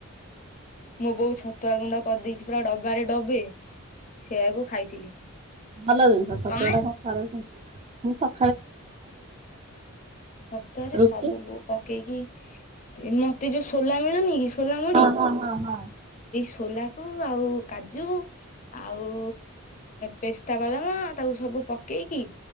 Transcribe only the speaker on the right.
ଭଲ ଜିନିଷ ଛତୁଆଟା
କଣ ଖରାପ ଜିନିଷ
ରୁଟି
ହଁ ହଁ ହଁ ହଁ